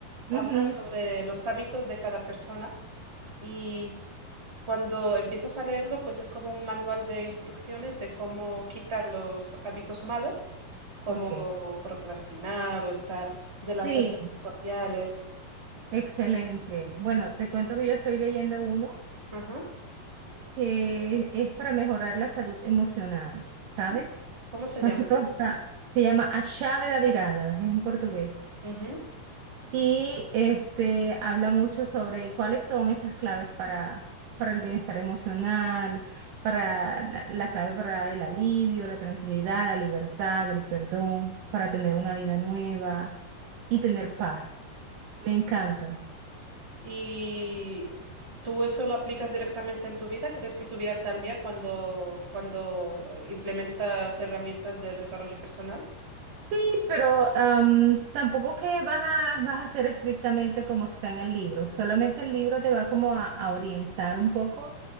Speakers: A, on the right; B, on the right.
A: habla
B: Ujú,
A: sobre los hábitos de cada persona y cuando empiezas a leerlo, pues es como un manual de instrucciones de cómo quitar los hábitos malos, como
B: Ok.
A: procrastinar o estar delante
B: Sí,
A: de redes sociales.
B: excelente. Bueno, te cuento que yo estoy leyendo uno
A: Ajá.
B: que es para mejorar la salud emocional, ¿sabes?
A: Ah, ¿Cómo
B: <laughs>
A: se
B: Más
A: llama?
B: que todo está- se llama A Chave da Virada, es en portugués.
A: Ujú.
B: y este, habla mucho sobre cuáles son esas claves para, para el bienestar emocional, para la, la clave para el alivio, la tranquilidad, la libertad, el perdón, para tener una vida nueva y tener paz. Me encanta.
A: ¿Y tú eso lo aplicas directamente en tu vida? ¿Crees que tu vida cambia cuando, cuando eh, implementas herramientas de desarrollo personal?
B: Sí, pero am, tampoco que vas a, vas a ser estrictamente como está en el libro, solamente el libro te va como a, a orientar un poco